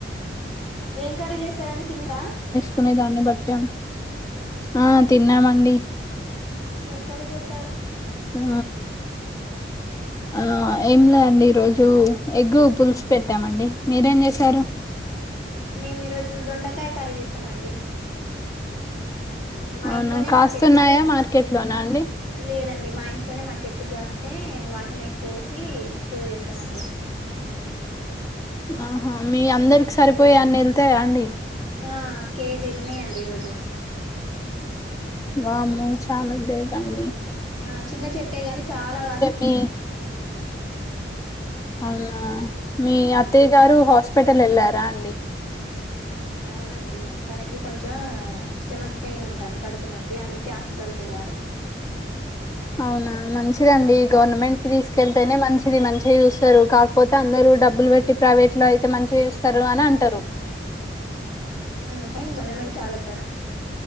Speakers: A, on the left (about 35°); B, on the left (about 20°).
A: ఏం కర్రీ చేస్తారండి తినరా
B: కునే దాన్ని బట్టాం ఆ తిన్నామండి
A: ఎంకరేజ్ చేస్
B: ఆ ఆ ఏం లేదండి ఈరోజు ఎగ్ పులుసు పెట్టామండి మీరేం చేసారు
A: మేము ఈరోజు దొండకాయ కర్రీ చేసామండి ఉమ్, మా
B: అవునా
A: ఇంట్లోనే
B: కాస్తున్నాయా
A: మా చెట్టుకు
B: మార్కెట్ లోనా
A: ఉమ్,
B: అండి
A: లేదండి మా ఇంట్లోనే మా చెట్టు కాస్తే వాటిని ఎ కోసి కూర చేసామండి
B: ఆహా మీ అందరికి సరిపోయే అన్ని వెళ్తయా అండి
A: ఆ కేజీ ఎల్లినయ్యండి ఈరోజు ఉమ్,
B: వామ్మో చాలు గ్రేట్ రండి
A: ఆ చిన్న చెట్టే గాని చాలా కాసిందండి
B: మీ అల్లా మీ అత్తయ్య గారు హొ హాస్పిటల్ ఎళ్లారా అండి.
A: ఊ అవునండి తనకి కొంచెం స్టెమక్ పెయిన్ ఉంటుంది కడుపు నొప్పి అందుకే హాస్పిటల్కి వెళ్ళారు.
B: అవునా మంచిదండి గవర్నమెంట్ కి తీసుకెళ్తేనే మంచిది మంచిగా చూస్తారు కాకపోతే అందరూ డబ్బులు పెట్టి ప్రైవేట్ లో అయితే మంచిగా చూస్తారు అని అంటారు.
A: ఊ గవర్నమెంట్ చాలా బెటర్